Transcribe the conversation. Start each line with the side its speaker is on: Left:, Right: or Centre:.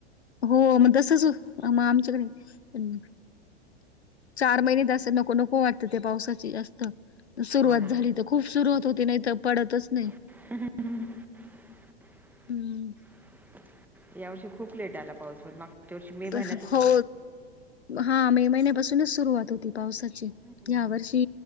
Left: हो म तसच म आमच्याकडे पण चार महिनेत नको नको वाटतं ते पावसाची जास्त सुरुवात
Centre: हो ना
Left: झाली तर खूप सुरुवात होते नाही तर पडतच नाही.
Centre: <unintelligible>
Left: हम्म
Centre: या वर्षी खूप लेट आला पाऊस पण मागच्या वर्षी मे
Left: हो
Centre: महिन्यातच
Left: हा मे महिन्यापासूनच सुरुवात होती पावसाची
Centre: हम्म
Left: ह्या वर्षी